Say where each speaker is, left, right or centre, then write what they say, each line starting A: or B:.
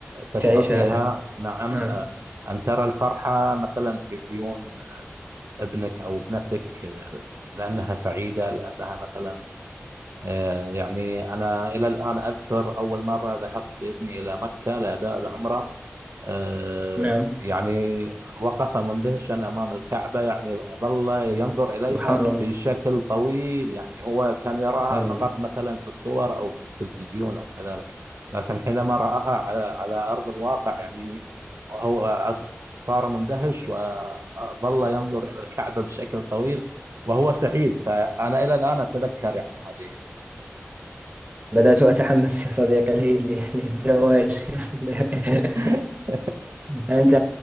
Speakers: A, on the right (about 75°); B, on the right (about 30°).
A: تشعر
B: تعيشها
A: بها
B: يعني
A: نعم
B: نعم
A: آه، أن ترى الفرحة مثلا في عيون ابنك أو ابنتك آه، لأنها سعيدة لأنها مثلا آه، يعني أنا إلى الآن أذكر أول مرة ذهبت بابني إلى مكة لأداء العمرة آه،
B: نعم
A: يعني وقف مندهشا أمام الكعبة يعني ظل ينظر إليها
B: سبحان الله
A: بشكل طويل يعني هو كان يراها
B: سبحان
A: فقط
B: الله
A: مثلا في الصور أو في التلفزيون أو كذلك لكن حينما رآها على على أرض الواقع يعني هو أص- صار مندهش وظل ينظر إلى الكعبة بشكل طويل وهو سعيد فأنا إلى الآن أتذكر يعني هذه
B: بدأت أتحمس يا صديقي لي- لي- للزواج <laughs> يا صديقي.
A: <laughs>
B: أنت